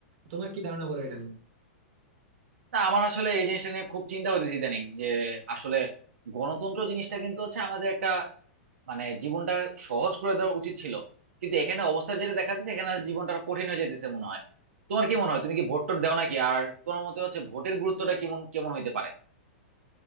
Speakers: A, on the right; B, on the right.
A: তোমার কি ধারণা বলো এটা নিয়ে
B: না আমার আসলে এই জিনিসটা নিয়ে খুব চিন্তা হইতেছে ইদানিং যে আসলে গণতন্ত্র জিনিসটা কিন্তু হচ্ছে আমাদের একটা মানে জীবনটা সহজ করে দেওয়া উচিত ছিল কিন্তু এখানে অবস্থা যেটা দেখা যাচ্ছে এখানে জীবনটা আরো কঠিন হয়ে যেতেছে মনে হয় তোমার কি মনে হয় তুমি কি ভোট টোট দাও নাকি আর তোমার মতে হচ্ছে ভোটের গুরুত্বটা কেমন কেমন হইতে পারে